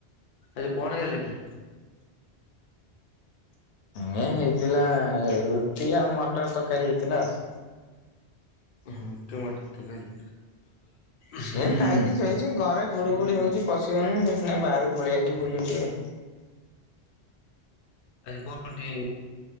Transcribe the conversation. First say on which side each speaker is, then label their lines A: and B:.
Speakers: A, on the left; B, on the left.
A: ଆଜି କଣ ହେଲା କି।
B: ହ ହେଇଥିଲା ରୁଟି ଆଉ ମଟର ତରକାରୀ ହେଇଥିଲା ଆଉ।
A: ରୁଟି ମଟର ତରକାରୀ।
B: ସିଏ
A: ହୁଁ
B: ଖାଇକି ଶୋଇଛି ଘରେ ଗୁଳୁ ଗୁଳି ହଉଛି ପଶି ହଉନି ସେଥିପାଇଁ ବାହାରକୁ ପଳେଇଆଇକି ବୁଲୁଛି ଆଉ।
A: ଆଜି ପରୁଡି।